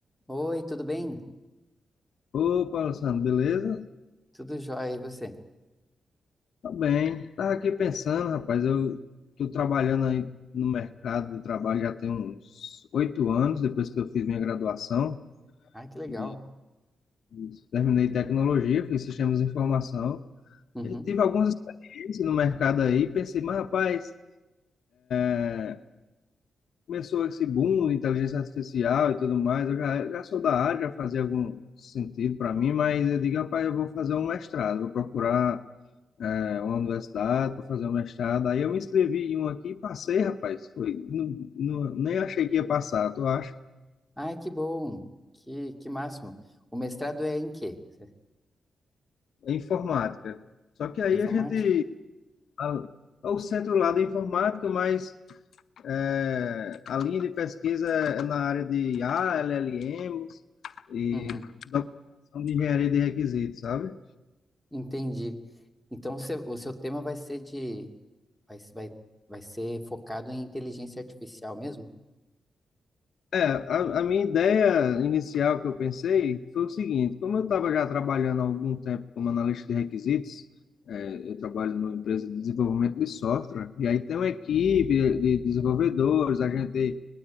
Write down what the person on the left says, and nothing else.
Opa, Alessandro, beleza?
Tá bem. Tava aqui pensando, rapaz, eu tô trabalhando aí no mercado de trabalho já tem uns oito anos, depois que eu fiz minha graduação
e e terminei tecnologia, fiz sistemas de informação.
E aí tive algumas experiências no mercado aí, e pensei, mas rapaz, é, começou esse boom de inteligência artificial e tudo mais, eu já, já sou da área, já fazia algum sentido para mim, mas eu digo, rapaz, eu vou fazer um mestrado, vou procurar é, uma universidade para fazer um mestrado. Aí eu me inscrevi em um aqui e passei, rapaz. Foi, não, não- nem achei que ia passar, tu acha?
É informática. Só que aí
a gente. a- é o centro lá da informática, mas é, a linha de pesquisa é é na área de I a l l LLMs e
documentação de engenharia de requisitos, sabe?
A, a minha ideia inicial que eu pensei foi o seguinte: como eu estava já trabalhando há algum tempo como analista de requisitos, é, eu trabalho numa empresa de desenvolvimento de software, e aí tem uma equipe de desenvolvedores, a gente